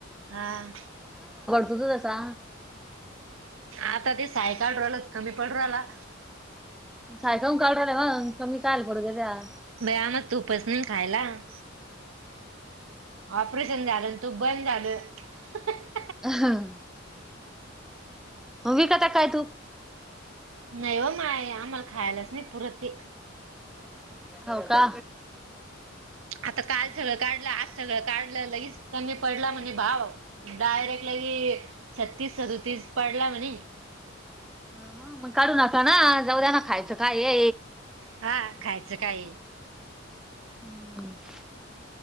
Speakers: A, on the right; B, in the centre.
A: हां
B: तुझ का
A: आता ते सायकाल राहिलंच कमी पडु लागला
B: सायका कावटाला मग कमी ल पडू त्या त्या <inaudible>
A: बैया आम तूपस नी खायला- ऑपरेशन झालं तुप बंद झालं-
B: हं विकता काय तुप
A: नाही व माय आम्हाला खायलाच नाही पुरत ते-
B: होव का
A: आता काल सगळं काढलं आज सगळं काढलं लगेच तर कमी पडला म्हणे भाव डायरेक्ट लगे ते छत्तीस सदुतीस पडला म्हणे-
B: ह <inaudible> हा मग काढु नका ना जाऊ द्या ना खायचं काय ये
A: हा खायचं काही
B: हम्म <inaudible>